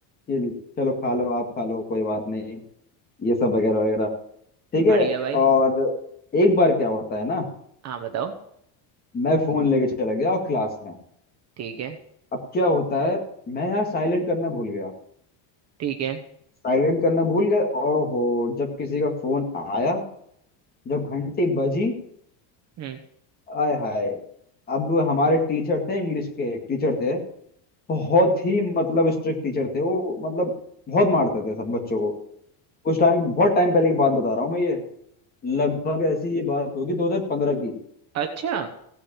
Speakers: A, on the left; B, on the right.
A: कि चलो खा लो आप खा लो कोई बात नहीं ये सब वगैरह वगैरह ठीक
B: बढ़िया
A: है
B: भाई
A: और एक बार क्या होता है ना
B: हाँ बताओ
A: मैं फोन लेके चला गया और क्लास में
B: ठीक है
A: अब क्या होता है मैं यार साइलेंट करना भूल गया
B: ठीक है
A: साइलेंट करना भूल गया और हो जब किसी का फोन आया जब घंटी बजी
B: हम्म
A: आय हाय अब हमारे टीचर थे इंग्लिश के टीचर थे बहुत ही मतलब स्ट्रिक्ट टीचर थे वो मतलब बहुत मारते थे सब बच्चों को उस टाइम बहुत टाइम पहले की बात बता रहा हूँ मैं ये लगभग ऐसी ये बात होगी 2015 की
B: अच्छा